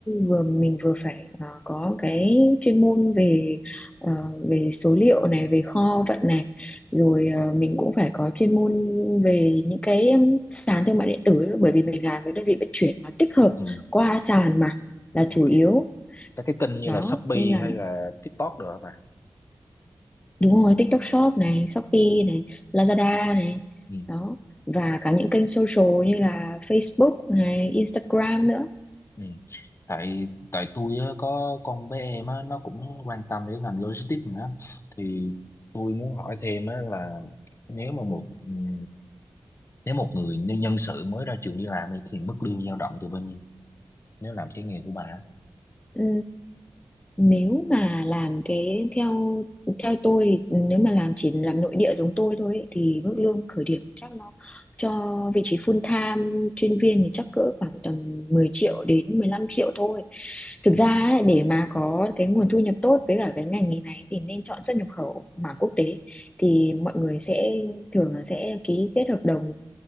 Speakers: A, on the left; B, on the left.
A: vừa mình vừa phải ờ, có cái chuyên môn về ờ, về số liệu này về kho vận này rồi ờ, mình cũng phải có chuyên môn về những cái um, sàn thương mại điện tử bởi vì mình làm với đơn vị vận chuyển nó tích hợp
B: ừ
A: qua sàn mà là
B: ok.
A: chủ yếu
B: các cái kênh như
A: đó
B: là Shopee
A: nên là
B: hay là TikTok được mà
A: Đúng rồi, TikTok Shop này, Shopee này, Lazada này,
B: ừ.
A: đó. Và cả những kênh social như là Facebook này, Instagram nữa.
B: Ừ. tại tại tôi á, có con bé em á, nó cũng quan tâm đến ngành logistics nữa thì tôi muốn hỏi thêm á, là nếu mà một ừm, nếu một người nhân nhân sự mới ra trường đi làm ấy, thì mức lương dao động từ bao nhiêu nếu làm cái nghề của bà á.
A: Ừ, nếu mà làm cái theo theo tôi thì nếu mà làm chỉ làm nội địa giống tôi thôi ấy, thì mức lương khởi điểm chắc nó cho vị trí full time chuyên viên thì chắc cỡ khoảng tầm 10 triệu đến 15 triệu thôi. Thực
B: ừ.
A: ra ấy, để mà có cái nguồn thu nhập tốt với cả cái ngành nghề này thì nên chọn xuất nhập khẩu mà quốc tế thì mọi người sẽ thường là sẽ ký kết hợp đồng